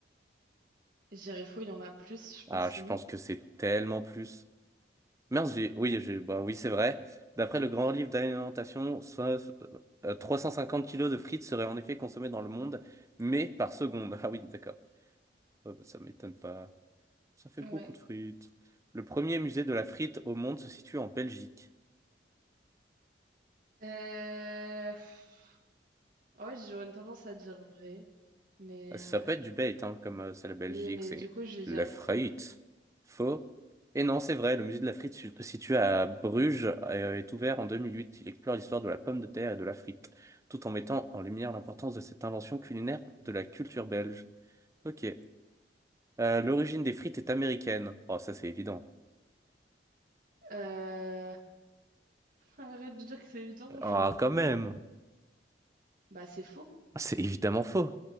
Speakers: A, on the right; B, on the right.
A: Je dirais faux, il y en a plus, je pense,
B: Ah, je
A: limite.
B: pense que c'est tellement plus. Mince, j'ai, oui, j'ai, bah oui, c'est vrai. D'après le grand livre d'alimentation, so- euh, 350 kilos de frites seraient en effet consommés dans le monde, mais par seconde. <laughs> Ah oui, d'accord. Ouais, bah, ça m'étonne pas. Ça fait
A: Ouais.
B: beaucoup de frites. Le premier musée de la frite au monde se situe en Belgique.
A: Euh... pff, Ouais, j'aurais une tendance à dire vrai, mais...
B: Ah, Ça peut
A: euh,
B: être du bait, hein, comme euh, c'est la Belgique,
A: Oui, mais
B: c'est
A: du coup, je vais
B: le
A: dire
B: freit.
A: faux.
B: Faux. Et non, c'est vrai, le musée de la frite su- situé à Bruges euh, est ouvert en 2008. Il explore l'histoire de la pomme de terre et de la frite, tout en mettant en lumière l'importance de cette invention culinaire de la culture belge. Ok. Euh, l'origine des frites est américaine. Oh, ça c'est évident.
A: Euh... Arrête de dire que c'est évident, je...
B: Ah, quand même.
A: Bah, c'est faux.
B: C'est évidemment faux.